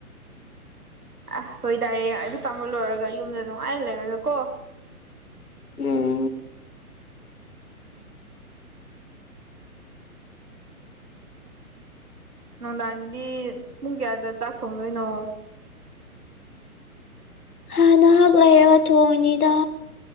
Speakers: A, on the right (about 75°); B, on the left (about 75°).
A: ꯑ ꯍꯣꯏ ꯗꯥ ꯌꯦꯡ ꯑꯩꯗ ꯇꯥꯝꯕ ꯂꯣꯏꯔꯒ ꯌꯨꯝꯗ ꯅꯨꯡꯉꯥꯏꯔ ꯂꯩꯔꯔ ꯀꯣ
B: ꯎꯝ
A: ꯅꯨꯡꯗꯥꯡꯗꯤ ꯄꯨꯡ ꯀꯌꯥꯗ ꯆꯥꯛ ꯊꯣꯡꯗꯣꯏꯅꯣ
B: ꯍ ꯅꯍꯥꯛ ꯂꯩꯔꯒ ꯊꯣꯡꯉꯅꯤꯗ